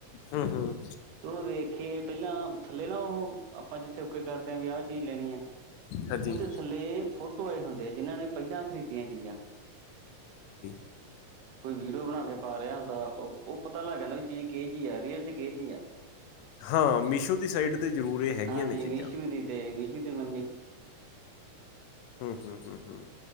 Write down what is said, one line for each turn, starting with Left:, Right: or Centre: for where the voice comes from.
Left: ਹੂੰਮ-ਹੂੰਮ
Right: ਤੂੰਨੂੰ ਵੇਖ ਕੇ ਪਹਿਲਾਂ ਥੱਲੇ ਨਾ ਉਹ ਆਪਾਂ ਜਿੱਥੇ ਓਕੇ ਕਰਦੇ ਹਾਂ ਵੀ ਆਹ ਚੀਜ਼ ਲੈਣੀ ਹੈ
Left: ਹਾਂਜੀ
Right: ਉਹਦੇ ਥੱਲੇ ਫੋਟੋ ਆਏ ਹੁੰਦੇ ਆ। ਜਿਨ੍ਹਾਂ ਨੇ ਪਹਿਲਾਂ ਖਰੀਦੀਆਂ ਚੀਜ਼ਾਂ
Left: <inaudible>
Right: ਕੋਈ ਵੀਡੀਓ ਬਣਾ ਕੇ ਪਾ ਰਿਹਾ ਹੁੰਦਾ ਉਹ ਉਹ ਪਤਾ ਲੱਗ ਜਾਂਦਾ ਵੀ ਚੀਜ਼ ਕਿਹੇ ਜੀ ਰੀਅਲ ਚ ਕਿ ਚੀਹੀ ਆ।
Left: ਹਾਂ ਮੀਸ਼ੋ ਦੀ ਸਾਈਟ 'ਤੇ ਜ਼ਰੂਰ ਇਹ ਹੈਗੀਆਂ
Right: ਹਾਂਜੀ
Left: ਨੇ ਚੀਜ਼ਾਂ
Right: ਮੀਸ਼ੂ ਦੀ ਤੇ ਮੀਸੋ ਤੇ ਮੰਮੀ
Left: ਹੂੰਮ ਹੂੰਮ ਹੂੰਮ ਹੂੰਮ